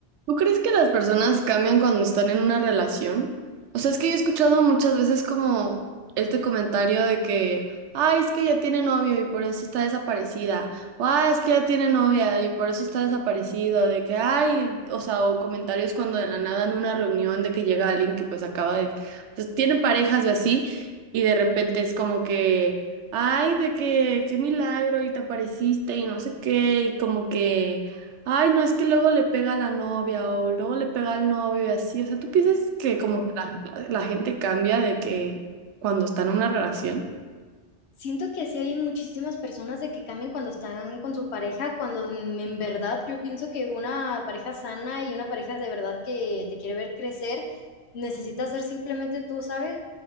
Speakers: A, on the right; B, on the left.
A: ¿Tú crees que las personas cambian cuando están en una relación? O sea, es que yo he escuchado muchas veces como este comentario de que, ay, es que ya tiene novio y por eso está desaparecida. O, ay, es que ya tiene novia y por eso está desaparecido. De que, ay, o sea, o comentarios cuando de la nada en una reunión de que llega alguien que pues acaba de, pues tiene parejas y así, y de repente es como que, ay, de que, qué milagro y te apareciste y no sé qué, y como que... Ay, no, es que luego le pega a la novia o luego le pega al novio y así. O sea, ¿tú piensas que como que la, la- la gente cambia de que cuando está en una relación?
B: Siento que sí hay muchísimas personas de que cambian cuando están con su pareja, cuando en en verdad yo pienso que una pareja sana y una pareja de verdad que te quiere ver crecer, necesitas ser simplemente tú, ¿sabes?